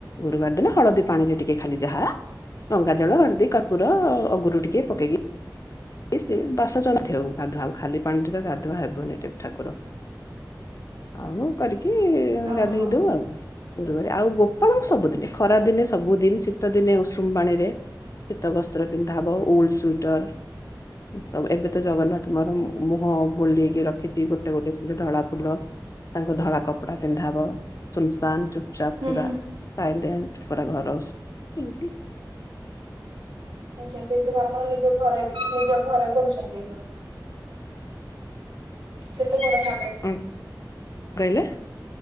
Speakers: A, on the left (about 45°); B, on the right (about 85°).
A: ଗୁରୁବାର ଦିନ ହଳଦୀ ପାଣିରେ ଟିକେ ଖାଲି ଯାହା। ଗଙ୍ଗାଜଳ, ହଳଦୀ, କର୍ପୁର, ଅଗୁରୁ ଟିକେ ପକେଇକି। ସିଏ ବାସ <unintelligible> ହଉ ଗାଧୁଆ ହଉ ଖାଲି ପାଣିରେ ତ ଗାଧୁଆ ହେବନି ଟି ଠାକୁର। ଆଉ କରିକି
B: ଓହୋ
A: ଗାଧେଇ ଦଉ ଆଉ। ଗୁରୁବାରେ ଆଉ ଗୋପଳଙ୍କୁ ସବୁଦିନେ ଖରା ଦିନେ ସବୁଦିନ ଶୀତ ଦିନେ ଉଷୁମ ପାଣିରେ। ଶୀତ ବସ୍ତ୍ର ପିନ୍ଧା ହବ ଉଲ୍ ସୁଇଟର। ତ ଏବେ ତ ଜଗନ୍ନାଥ ମୋର ମୁ-ମୁହଁ ବୁଲେଇକି ରଖିଛି ଗୋଟେ ଗୋଟେ ସେ ଯୋଉ ଧଳା ଫୁଲ। ତାଙ୍କୁ ଧଳା କପଡା ପିନ୍ଧା ହବ ସୁନସାନ ଚୁ ଚାପ
B: ହୁଁ
A: ପୁରା
B: ହୁଁ
A: ସାଇଲେଣ୍ଟ ପୁରା ଘର ସ୍।
B: ଆଚ୍ଛା ସେଇ ସବୁ ଆପଣ ନିଜ ଘରେ ନିଜ ଘରେ କରୁଛନ୍ତି ଏଇ ସବୁ? କେତେ ବଡ ଠାକୁର?
A: ଉଁ କହିଲେ।